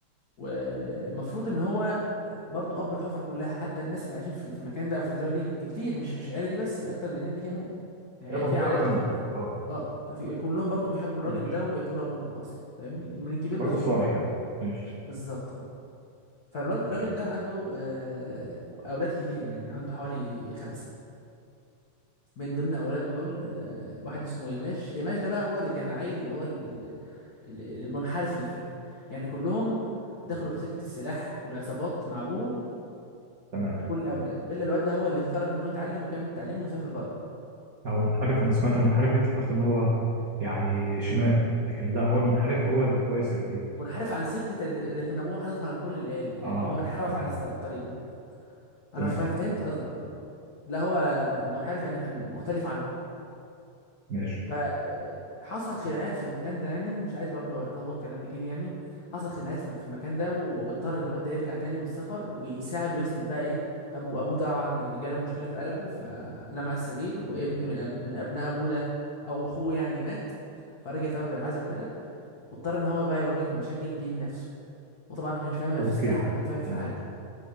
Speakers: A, on the left (about 80°); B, on the right (about 75°).
A: والمفروض ان هو برضو اب الحفره كلها حتى الناس اللي عايشين في في المكان ده او في الزاويه دي كتير مش مش العيله دي بس في اكتر من العيله دي كمان يعني
B: هي منطقة
A: في عائلات
B: كاملة
A: كتير
B: اه
A: اه ففي كلهم برضو بيحبوا الراجل
B: ماشي
A: ده ويعتبروا ابوهم اصلا فاهمني من الكبير
B: راجل
A: للصغير
B: صالح يعني ماشي
A: بالظبط اه فالراجل
B: ماشي
A: ده عنده آه، اولاد كتير يعني عنده حوالي خمسه من ضمن اولاده دول آه، واحد اسمه يماش يماش ده بقى هو اللي كان عيل اللي هو ال- ال- ال- المنحرف اللي فيهم يعني كلهم دخلوا في سكة السلاح والعصابات مع ابوهم
B: تمام
A: كل اولاده الا الواد ده هو اللي قرر انه يتعلم ويكمل تعليمه ويسافر بره
B: هو منحرف انا سمعت منحرف دي افتكرت ان هو يعني شمال لكن لا هو المنحرف هو اللي كويس اللي فيه
A: منحرف عن سكة اللي اللي كان ابوه حاططها لكل العيلة يعني
B: اه
A: هو انحرف
B: تمام
A: عن الط- الطريق ده انا
B: تمام
A: ف- فهمت قصدك اه لا هو منحرف يعني كان مختلف عنهم
B: ماشي
A: فحصل خناقات في المكان ده يعني مش عايز برضه اطول كلام كتير يعني حصل خناقات في في المكان ده و- واضطر ان الواد ده يرجع تاني من السفر ويساعد ويسند بقى ايه ابوه ابوه طبعا جاله مشكله في قلبه فنام على السرير وابن من أب... من ابناء ابوه ده او اخوه يعني مات فرجع تبع بالعزا وكده واضطر ان هو بقى يواجه المشاكل دي بنفسه وطبعا ما كانش فاهم لا
B: اوكي
A: في سلاح ولا كان فاهم في
B: تمام
A: حاجه